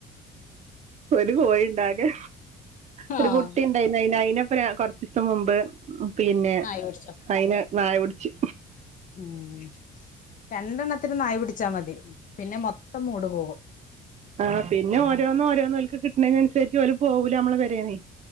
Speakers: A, on the right; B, on the left.
A: ഒരു കോഴിയുണ്ടാകെ
B: ആഹ്
A: ഒരു കുട്ടി ഉണ്ടായി അയിന് അയിനപ്പം കൊറച്ച് ദിവസം മുമ്പ് പിന്നെ
B: നായ പിടിച്ചോ
A: അയിനെ നായ പിടിച്ച്.
B: ഉം രണ്ടെണ്ണത്തിനെ നായി പിടിച്ചാ മതി പിന്നെ മൊത്തം മൂട് പോകും.
A: ആഹ് പിന്നെ ഓരോന്നോരോന്നോല്ക്ക് കിട്ടണേണൻസരിച് ഓല് പോവൂല അമ്മളെ പൊരേന്നെ.